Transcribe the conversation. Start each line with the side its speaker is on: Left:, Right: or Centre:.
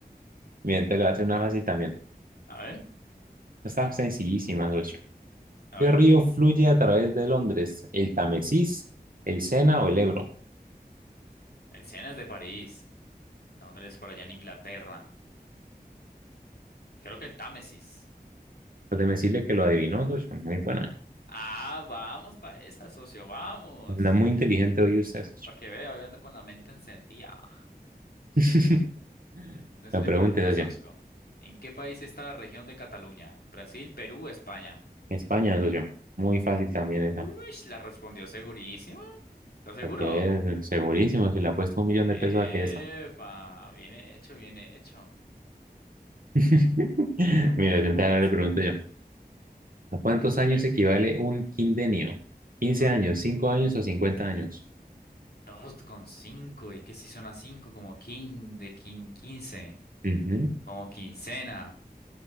Right: Miren, te lo hace una fácil también.
Left: A ver,
Right: Está sencillísima, socio.
Left: a
Right: ¿Qué
Left: ver.
Right: río fluye a través de Londres? ¿El Támesis, el Sena o el Ebro?
Left: El Sena es de París. Londres por allá en Inglaterra. Creo que el Támesis.
Right: Pues déjeme decirle que lo adivinó, socio. Muy buena.
Left: Ah, vamos para esa, socio, vamos.
Right: Anda muy inteligente hoy usted, socio.
Left: Para que vea, hoy ando con la mente encendida.
Right: <laughs>
Left: Entonces
Right: Me
Left: le
Right: pregunte,
Left: pregunto,
Right: socio.
Left: socio, ¿en qué país está la región de Cataluña? ¿Brasil, Perú, España?
Right: España, socio. Muy fácil también esa.
Left: Uy, la respondió segurísimo. ¿Estás seguro?
Right: La que es segurísimo, si le apuesto un millón
Left: Epa,
Right: de pesos a que esa.
Left: bien hecho, bien hecho.
Right: <laughs> Mira, yo entonces
Left: Entonces,
Right: ahora le pregunto yo. ¿A cuántos
Left: A
Right: años
Left: ver,
Right: equivale un quindenio? Quince
Left: a
Right: años,
Left: ver,
Right: 5 años o 50 años?
Left: dos con cinco, ¿y qué si suena cinco? Como quin, de quin, quince,
Right: Ujú.
Left: como quincena.